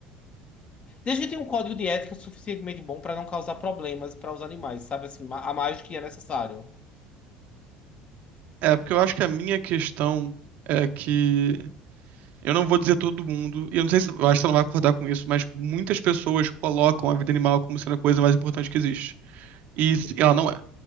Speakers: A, on the left; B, on the right.
A: Desde que tenha um código de ética suficientemente bom para não causar problemas para os animais, sabe assim, ma- a mais do que é necessário.
B: É, porque eu acho que a minha questão é que Eu não vou dizer todo mundo, e eu não sei se eu acho que você não vai concordar com isso, mas tipo, muitas pessoas colocam a vida animal como sendo a coisa mais importante que existe. E se- ela não é.